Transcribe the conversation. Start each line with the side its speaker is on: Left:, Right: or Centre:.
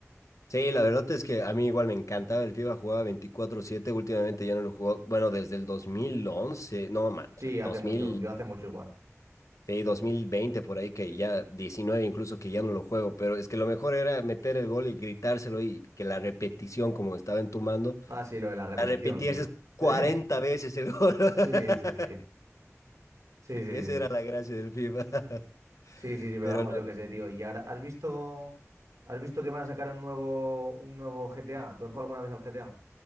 Left: sí, la verdad es que a mí igual me encantaba el FIFA, jugaba veinticuatro siete últimamente ya no lo juego, bueno, desde el 2011, no, man,
Right: Sí, hace
Left: 2000,
Right: mucho, yo hace mucho igual.
Left: sí, 2020 por ahí, que ya 19 incluso que ya no lo juego, pero es que lo mejor era meter el gol y gritárselo y que la repetición como estaba entumando
Right: Ah, sí, lo de la repetición,
Left: La repitieses
Right: sí. <laughs>
Left: 40 veces el gol. <laughs>
Right: Sí, sí, sí. Sí, sí,
Left: Esa
Right: sí.
Left: era la gracia del FIFA. <laughs>
Right: Sí, sí, sí, pero
Left: Pero
Right: vamos,
Left: no.
Right: yo qué sé, tío. Y ahora, ¿has visto, has visto que van a sacar un nuevo, un nuevo GTA? ¿Tú has jugado alguna vez al GTA?